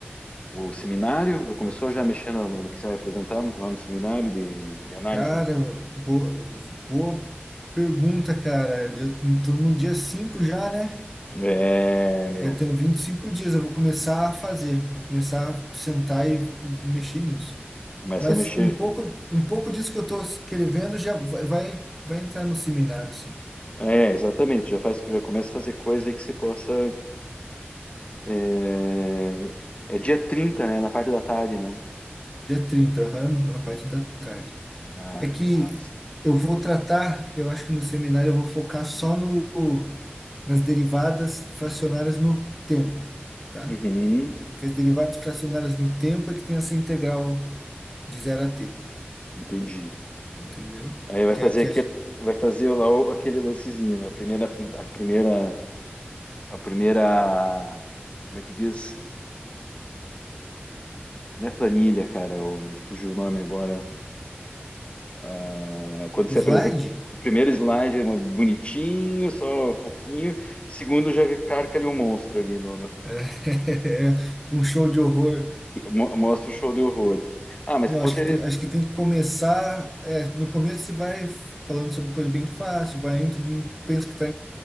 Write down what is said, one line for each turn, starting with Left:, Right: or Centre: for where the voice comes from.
Left: o seminário? Começou já mexendo no, no que você vai apresentar no- lá no seminário de, de análise
Centre: cara, boa, boa pergunta, cara. Eu tô no dia 5 já, né?
Left: É, meu,
Centre: Eu tenho 25 dias, eu vou começar a fazer, vou começar a sentar e mexer nisso.
Left: começa
Centre: Mas
Left: a mexer.
Centre: um pouco, um pouco disso que eu estou escrevendo já vai, vai vai entrar no seminário, sim.
Left: É, exatamente, já faz, já começa a fazer coisa aí que você possa. É, é dia 30, né? Na parte da tarde, né?
Centre: Dia 30, aham, na parte da tarde.
Left: Ah,
Centre: É que
Left: que massa.
Centre: eu vou tratar, eu acho que no seminário eu vou focar só no, nas derivadas fracionárias no tempo, tá?
Left: Uhum,
Centre: Que as derivadas fracionárias no tempo é que tem essa integral de zero a t,
Left: entendi.
Centre: entendeu?
Left: Aí vai
Centre: Que
Left: fazer
Centre: é a que
Left: aquele,
Centre: a gente-
Left: vai fazer lá o- aquele lancezinho, né? A primeira, a primeira, a primeira, como é que diz? Não é planilha, cara, eu, me fugiu o nome agora. Ah, quando você
Centre: slide
Left: apresenta, o primeiro slide é uma- bonitinho, só fofinho, segundo já carca ali um monstro ali, no, no-
Centre: <laughs> é, um show de horror
Left: mo- mostra o show de horrores. Ah, mas
Centre: Eu
Left: com
Centre: acho
Left: certeza
Centre: que tem, acho que tem que começar. é, no começo você vai falando sobre coisa bem fácil, vai indo, todo mundo pensa que está